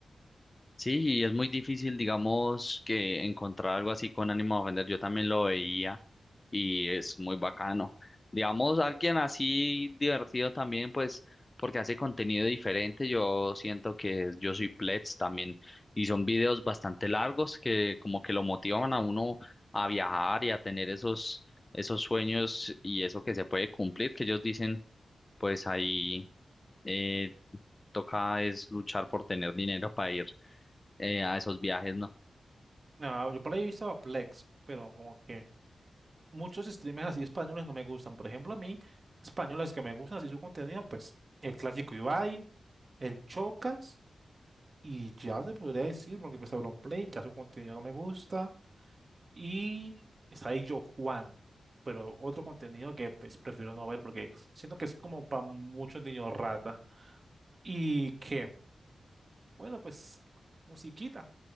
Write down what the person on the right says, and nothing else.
Nada, yo por ahí he visto a Plex, pero como que muchos streamers así españoles no me gustan. Por ejemplo, a mí, españoles que me gustan así su contenido, pues el clásico Ibai, el Chocas, y ya se podría decir, porque pues Play ya su contenido no me gusta. Y está ahí Yo Juan, pero otro contenido que pues prefiero no ver porque siento que es como para muchos niños rata. Y que, bueno, pues musiquita.